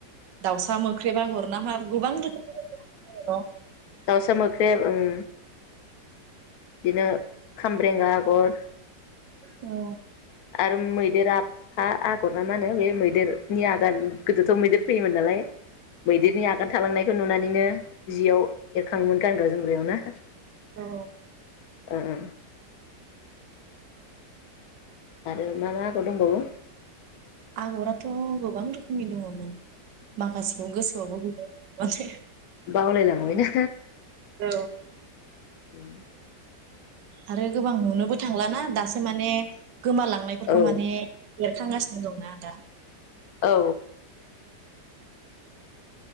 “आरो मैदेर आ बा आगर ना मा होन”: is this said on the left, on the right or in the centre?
Left